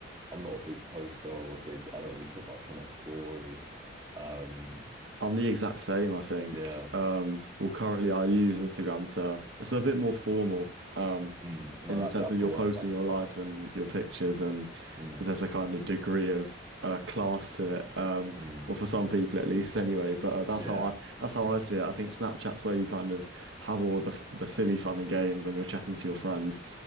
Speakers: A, on the right (about 20°); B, on the right (about 70°).
A: I'm not a big poster or a big I don't really put much on my story. Um
B: I'm the exact same, I think.
A: yeah.
B: Um, well, currently I use Instagram to, it's a bit more formal, um,
A: Mm, no
B: in the
A: that
B: sense
A: that's
B: that you're
A: the word,
B: posting
A: that's
B: your
A: the
B: life
A: word.
B: and your pictures, and
A: Mm,
B: there's a kind of degree of uh, class to it. Um,
A: mm,
B: well, for some people at least, anyway. But uh, that's
A: <laughs> yeah.
B: how I that's how I see it. I think Snapchat's where you kind of have all of the, the silly fun and games when you're chatting to your friends.